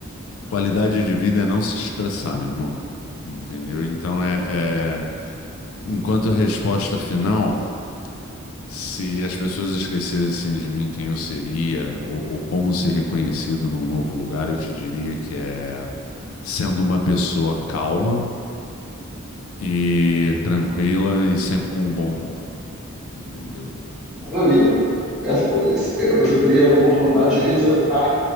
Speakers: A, on the left; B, in the centre.
A: qualidade de vida é não se estressar, meu irmão. Entendeu? Então é, é- enquanto resposta final, se as pessoas esquecessem de mim quem eu seria ou, ou como ser reconhecido num novo lugar, eu te diria que é sendo uma pessoa calma e tranquila e sempre com um bom humor. Entendeu?
B: Maravilha. Essa, pô, esse- é, você teria a oportunidade de resetar